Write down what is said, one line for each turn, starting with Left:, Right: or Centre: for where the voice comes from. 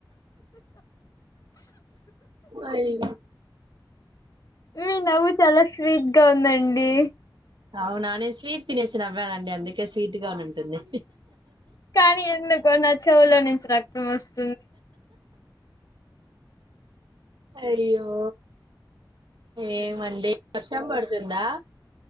Right: సరే
Left: మీ నవ్వు చాలా స్వీట్ ఇంకా ఉందండి
Right: అవునా నే స్వీట్ తినేసి నవ్వాను అండి అందుకే స్విట్ గానే ఉంటుంది
Left: కానీ ఎందుకో నా చెవులో నుంచి రక్తం వస్తుంది
Right: అయ్యో ఏ మండి వర్షం పడుతుంది తుందా